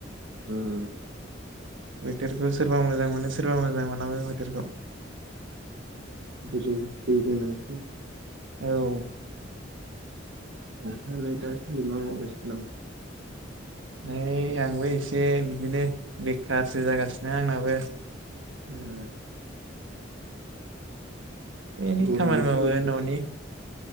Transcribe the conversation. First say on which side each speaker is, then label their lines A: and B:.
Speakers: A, on the right (about 65°); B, on the right (about 80°).
A: ओम
B: बोथोरखौ सोरबा मोजां मोनो सोरबा मोजां मोना बे बोथोरखौ
A: जेरै दै गोनांथि
B: औ
A: नोंथाङालाय दासानदि मा मावगासिनो दं
B: नै आंबो एसे बिदिनो बेखारसो जागासिनो आंनाबो
A: ओह
B: एनै
A: गरम
B: खामानि
A: बोथोराव
B: मावो
A: इदि
B: न'नि